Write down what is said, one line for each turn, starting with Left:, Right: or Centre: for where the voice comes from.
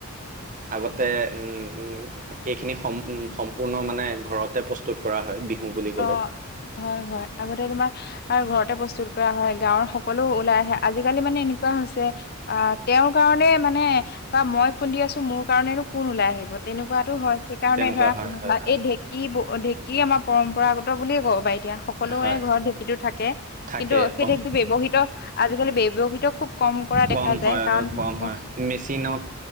Right: আগতে উম উম- এইখিনি সম উম সম্পূৰ্ণ মানে ঘৰতে প্ৰস্তুত কৰা হয় বিহু। বুলি ক'লে
Left: অঁহ হয়, হয়। আগতে তোমাৰ- আৰু ঘৰতে প্ৰস্তুত কৰা হয়ো গাঁৱৰ সকলো ওলাই আহে। আজিকালি মানে এনেকুৱা হৈছে আঁহ তেওঁৰ কাৰণে মানে বা মই খুন্দি আছো মোৰ কাৰণেনো কোন ওলাই আহিব। তেনেকুৱাটো হয়। সেইকাৰণে
Right: তেনেকুৱা
Left: ধৰা
Right: হয় হয়
Left: এই ঢেঁকী, ঢেঁকী আমাৰ- পৰম্পৰাগত বুলিয়ে কব পাৰি এতিয়া। সকলোৰে
Right: হয় হয়
Left: ঘৰত ঢেঁকীটো থাকে।
Right: থাকে
Left: কিন্তু সেই ঢেঁকীটো ব্যয়ৱহৃত, আজিকালি ব্যয়ৱহৃত খুব- ক'ম কৰা দেখা
Right: কম
Left: যায়।
Right: হয়
Left: কাৰণ মানুহ-
Right: কম হয় মেচিনত